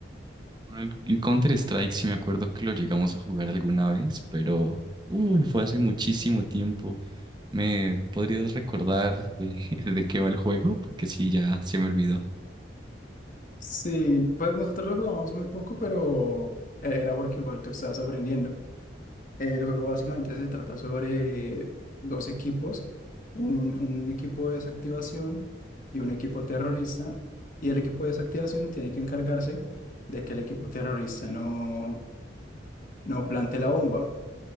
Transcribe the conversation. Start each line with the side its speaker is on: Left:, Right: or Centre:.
Right: Bueno, el Counter Strike sí me acuerdo que lo llegamos a jugar alguna vez, pero uy, fue hace muchísimo tiempo. ¿Me podrías recordar de, <laughs> de qué va el juego? Porque sí, ya se me olvidó.
Left: Sí, pues nosotros lo jugamos muy poco, pero eh, era porque igual tú estabas aprendiendo. El juego básicamente se trata sobre dos equipos, un, un equipo de desactivación y un equipo terrorista, y el equipo de desactivación tiene que encargarse de que el equipo terrorista no, no plante la bomba.